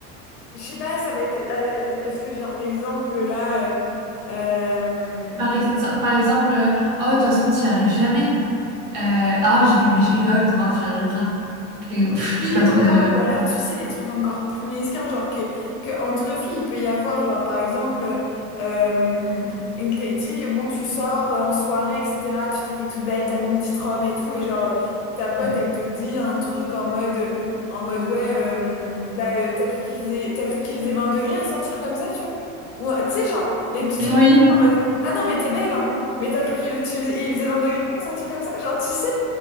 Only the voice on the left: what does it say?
je sais pas, ça va être, euh, euh, est-ce que j'ai un exemple là, euh, euh,
Oui,
voilà,
ou alors tu sais, les trucs encore plus mesquins, genre que, que entre filles, il peut y avoir, genre par exemple, euh, une critique, bon, tu sors euh, en soirée, etc., tu t'es fait toute belle, t'as mis une petite robe et tout, et genre euh, ta pote,
elle te dit un truc en mode, en mode ouais, euh, bah euh, t'as cru qu'il faisait, t'as cru qu'il faisait 20 degrés à sortir comme ça, tu vois? Ou euh, tu sais, genre, les petits trucs
comme ça en mode, ah non, mais t'es belle, hein, mais t'as cru qu'il tu faisais, il faisait 20 degrés pour sortir comme ça, genre, tu sais,